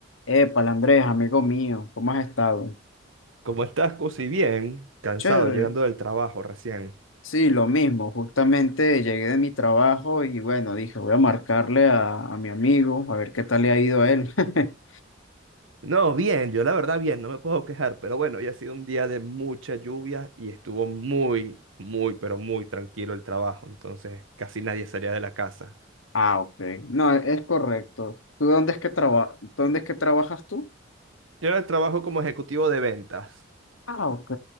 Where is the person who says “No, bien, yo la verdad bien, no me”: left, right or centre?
Right